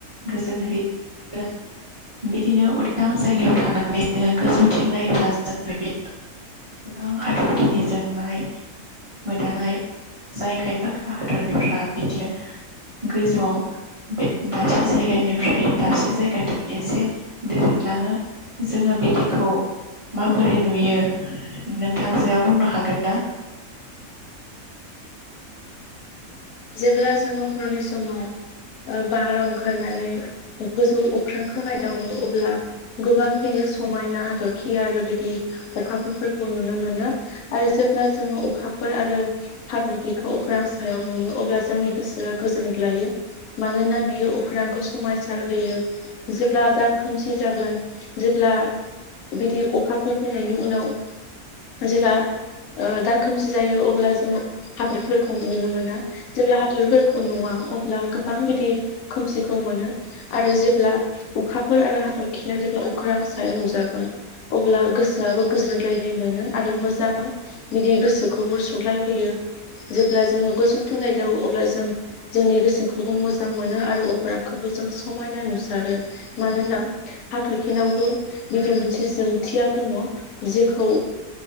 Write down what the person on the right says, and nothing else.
गोजोन होयो। बिदिनो उदां जायगायाव थानानै जोङो गोजौथिं नायोब्ला जों गोबां हाथरखिनि जोंनाय मोदानाय जाय खायफा खायफा हाथरखिफ्रा बिदिनो गोजौआव बे दाबसे जायगानिफ्राय दाबसे जायगाथिं एसे दोरोदलाङो। जोङो बिदिखौ माबोरै नुयो नोंथांजोआ बुंनो हागोन ना?